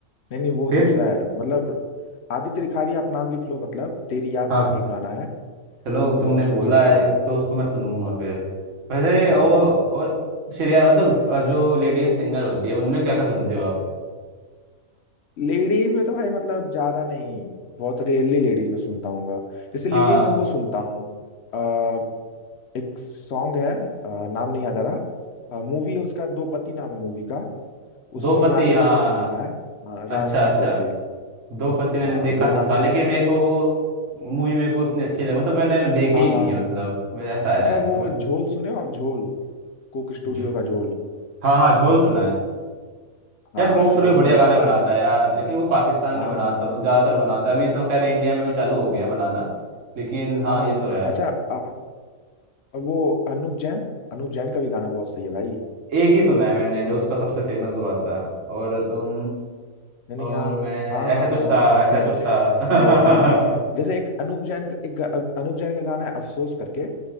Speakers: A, on the left (about 60°); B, on the right (about 60°).
A: नहीं नहीं, वो
B: फिर
A: दूसरा है मतलब आदित्य रिखारी आप नाम लिख लो मतलब तेरी याद
B: हाँ
A: करके गाना है
B: चलो
A: वो
B: तुमने
A: आप सुन
B: बोला
A: सकते
B: है
A: हो
B: तो उसको मैं सुनूंगा फिर वैसे
A: हाँ
B: और
A: हाँ
B: और श्रेया मतलब अ, जो लेडीज सिंगर होती है उनमें क्या क्या सुनते हो आप
A: लेडीज में तो भाई मतलब ज्यादा नहीं बहुत रेयरली लेडीज में सुनता हूँ जैसे लेडीज
B: हाँ
A: में वो सुनता हूँ अ, एक सॉन्ग है अ, नाम नहीं याद आ रहा मूवी है उसका दो पति नाम है मूवी का उसमें
B: दो
A: एक
B: पति
A: रांझना
B: हाँ
A: करके
B: हाँ
A: गाना
B: हाँ।
A: है हाँ, रांझना
B: अच्छा अच्छा
A: करके
B: दो पत्ती मैंने
A: हाँ
B: देखा
A: वो
B: तो
A: रांझना
B: था लेकिन मेरे को वो मूवी मेरे को उतनी अच्छी लगी मतलब मैंने देखी
A: हाँ
B: ही नहीं
A: हाँ
B: है मतलब मैं- ऐसा है
A: अच्छा वो
B: तो मैं
A: झोल सुने हो आप झोल कोक स्टूडियो
B: झो-
A: का झोल
B: हाँ हाँ झोल सुना है
A: हाँ
B: यार कोक स्टूडियो
A: तो वो
B: बढ़िया
A: भी मतलब
B: गाने बनाता
A: आ-
B: है यार लेकिन वो पाकिस्तान
A: हाँ
B: में बनाता
A: हाँ
B: ज़्यादातर
A: हाँ
B: बनाता है अभी तो खैर इंडिया में भी चालू हो गया है बनाना लेकिन हाँ
A: हाँ हाँ
B: ये तो है
A: अच्छा आ, वो अनूप जैन अनूप जैन का भी गाना बहुत सही है भाई
B: एक ही सुना है मैंने जो उसका सबसे फेमस हुआ था और तुम
A: नहीं नहीं
B: और
A: आप
B: मैं
A: हाँ हाँ
B: ऐसा कुछ
A: हाँ
B: था
A: समझ
B: ऐसा
A: गया
B: कुछ था
A: वो हाँ
B: <laughs>
A: जैसे एक अनूप जैन का एक गा- अनूप जैन का गाना है अफसोस करके